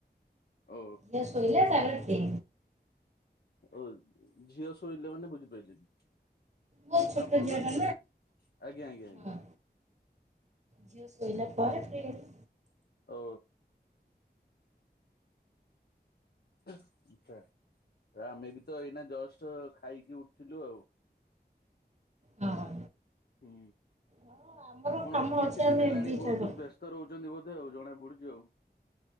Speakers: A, on the left; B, on the right.
A: ଓ
B: ଝିଅ ଶୋଇଲା ତାପରେ ଫ୍ରି।
A: ଓ ଝିଅ ଶୋଇଲେ ମାନେ ବୁଝିପାଇଲିନି
B: ବହୁତ ଛୋଟ
A: ଆପଣଙ୍କ
B: ଝିଅଟା
A: ଝିଅ, ଆଜ୍ଞା ଆଜ୍ଞା
B: ନା
A: ଆଜ୍ଞା
B: ଝିଅ ଶୋଇଲା ପରେ ଫ୍ରି ହେଲି
A: ଓ ଆଚ୍ଛା ଆମେ ବି ତ ଏଇନା ଜଷ୍ଟ ଖାଇକି ଉଠିଲୁ ଆଉ।
B: ହଁ
A: ହୁଁ
B: ହଁ ଆମର
A: ଆପଣ
B: କାମ
A: ଦି କିଛି
B: ଅଛି ଆମେ
A: ଦିନି ହେଲାଣି
B: ଦିଥର
A: ବହୁତ ବ୍ୟସ୍ତ ରହୁଛନ୍ତି ବୋଧେ ଆଉ ଜଣା ପଡୁଛି ଆଉ।